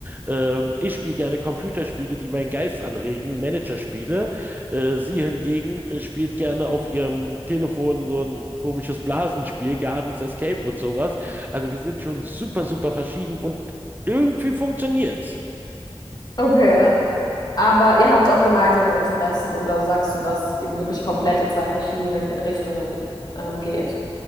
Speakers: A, on the right (about 20°); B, on the left (about 40°).
A: Ähm, ich spiele gerne Computerspiele, die meinen Geist anregen, Managerspiele. Äh, sie hingegen äh, spielt gerne auf ihrem Telefon so ein komisches Blasenspiel, Gardens Escape und sowas. Also wir sind schon super, super verschieden und irgendwie funktioniert's.
B: Okay. Aber ihr habt auch gemeinsame Interessen oder sagst du, dass ihr wirklich komplett in zwei verschiedene Richtungen ähm, geht?